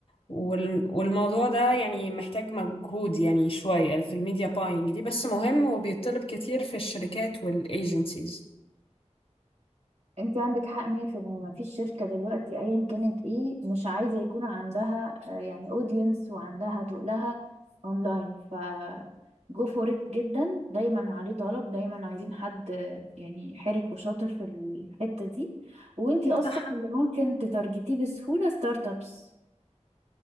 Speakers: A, on the left (about 50°); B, on the right (about 65°).
A: وال- والموضوع ده يعني محتاج مجهود يعني شوية في الميديا باينج دي بس مهم وبيطلب كتير في الشركات والايجنسيز
B: انتي عندك حق 100% ما فيش شركة دلوقتي ايا كانت ايه مش عايزة يكون عندها آه، يعني اودينس وعندها تقلها اونلاين ف جو فور ات جدا دايما عليه طلب دايما عايزين حد آه، يعني حرك وشاطر في الحتة دي وانتي اصلا
A: صح.
B: اللي ممكن تتارجتيه بسهولة ستارت ابس